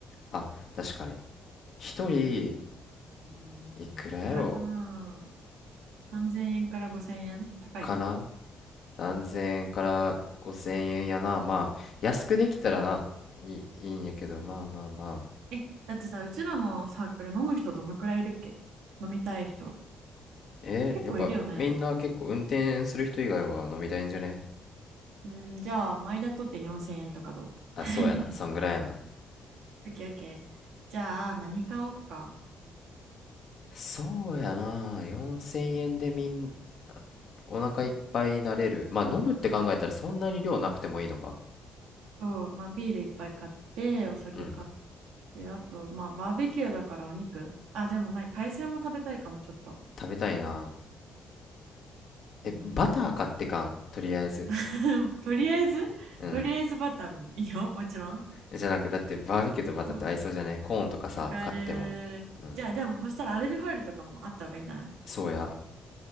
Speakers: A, on the left; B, on the right.
A: あ、確かに。一人、
B: うんいくらかな
A: いくらやろ
B: 3000円から5000円高い
A: かな何千円から5000円やな。まあ、安くできたらな、いい、いいんやけど、まあまあまあ。
B: えだってさうちらのサークル飲む人どのくらいいるっけ飲みたい人
A: え、
B: 結構いるよね
A: やっぱみんな結構運転する人以外は飲みたいんじゃね
B: うんじゃあ前田とって4000円とかどう
A: あ、
B: <laughs>
A: そうやな。そんぐらいやな。
B: オッケーオッケー。じゃあ何買おうか
A: そうやな4000円でみんお腹いっぱいになれるまあ飲むって考えたらそんなに量なくてもいいのか
B: そう、まあ、ビールいっぱい買って、お酒買っ
A: うん
B: て、あと、まあ、バーベキューだからお肉。あ、でも、まあ海鮮も食べたいかも、ちょっと。
A: 食べたいなえバター買ってかんとりあえず
B: うーん。<laughs> とりあえず、<laughs>
A: うん
B: とりあえずバター飲む。いいよ、もちろん。
A: じゃなくだってバーベキューとバターって合いそうじゃねコーンとかさ買ってもうん
B: あわかる。じゃあ、でも、そしたらアルミホイルとかもあった方がいいんじゃない
A: そうや